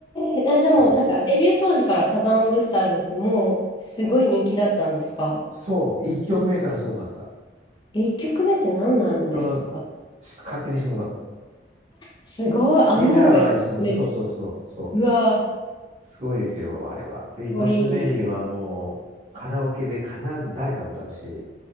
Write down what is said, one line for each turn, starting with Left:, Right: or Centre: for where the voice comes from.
Left: えーあ、じゃあもうなんかデビュー当時からサザンオールスターズってもうすごい人気だったんですか
Right: そう。そう、1曲目からすごかった。
Left: ?1 曲目って何なんですか
Right: その、し勝手にシンドバッド。
Left: すごい、あんなのが1曲目で。
Right: メジャーは一緒、うんそうそうそう、そう。
Left: うわー、かっ
Right: すごいですよ、あれは。で、いとしのエリーはもう、
Left: こいい。
Right: カラオケで必ず誰かが歌うし、